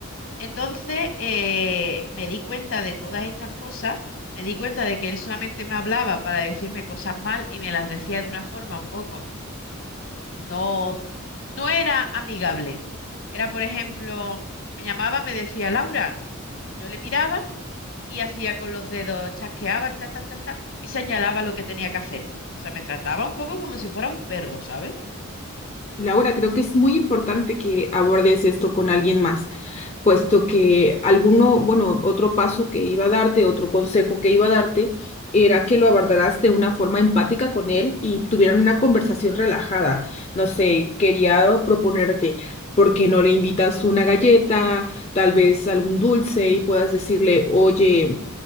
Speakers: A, on the left (about 65°); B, on the left (about 30°).
A: Entonces, eh, me di cuenta de todas estas cosas, me di cuenta de que él solamente me hablaba para decirme cosas mal y me las decía de una forma un poco, no, no era amigable. Era, por ejemplo, me llamaba, me decía Laura, yo le miraba y hacía con los dedos, chasqueaba, ta, ta, ta, ta, y señalaba lo que tenía que hacer. O sea, me trataba un poco como si fuera un perro, ¿sabes?
B: Laura, creo que es muy importante que abordes esto con alguien más. puesto que alguno, bueno, otro paso que iba a darte, otro consejo que iba a darte, era que lo abordaras de una forma empática con él y tuvieran una conversación relajada. No sé, quería proponerte, ¿por qué no le invitas una galleta, tal vez algún dulce y puedas decirle, oye,